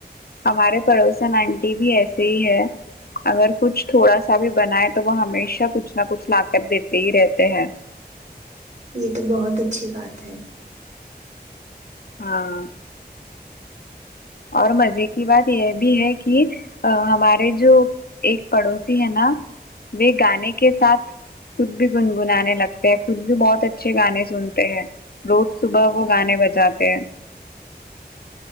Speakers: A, on the left; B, on the right.
A: ہمارے پڑوسن آنٹی بھی ایسے ہی ہے اگر کچھ تھوڑا سا بھی بنائے تو وہ ہمیشہ کچھ نہ کچھ لا کر دیتے ہی رہتے ہیں
B: یہ تو بہت اچھی بات ہے
A: ہاں اور مزے کی بات یہ بھی ہے کہ ہمارے جو ایک پڑوسی ہے نا وہ گانے کے ساتھ خود بھی گنگنانے لگتے ہیں خود بھی بہت اچھے گانے سنتے ہی روز صبح وہ گانے بجاتے ہیں